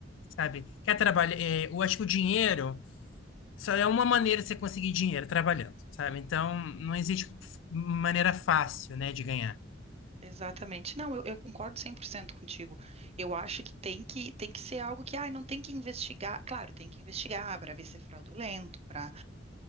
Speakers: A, on the left; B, on the right.
A: sabe? Quer trabalhar, é, eu acho que o dinheiro só é uma maneira de você conseguir dinheiro trabalhando, sabe? Então, não existe f- maneira fácil, né, de ganhar.
B: Exatamente. Não, eu, eu concordo 100% contigo. Eu acho que tem que tem que ser algo que, ah, não tem que investigar. Claro, tem que investigar para ver se é fraudulento, para